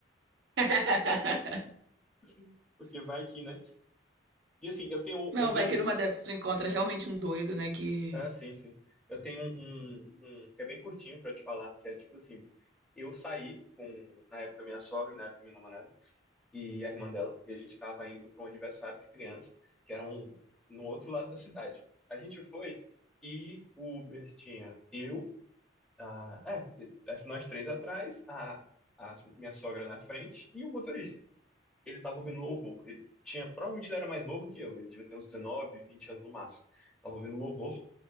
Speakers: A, on the right; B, in the centre.
A: <laughs>
B: <laughs> porque vai que, né? E assim, eu tenho,
A: Não,
B: eu tenho
A: vai que numa dessas tu encontra realmente um doido, né? Que.
B: Ah, sim, sim. Eu tenho um, um, um que é bem curtinho pra te falar, que é tipo assim, eu saí com, na época, minha sogra, na época, minha namorada, e a irmã dela, e a gente tava indo para um aniversário de criança, que era um, no outro lado da cidade. A gente foi e o Uber tinha eu, a, é, e- as- nós três atrás, a, a minha sogra na frente e o motorista. Ele tava ouvindo louvor. Ele tinha, provavelmente ele era mais novo que eu, ele devia ter uns 19, 20 anos no máximo. Tava ouvindo louvor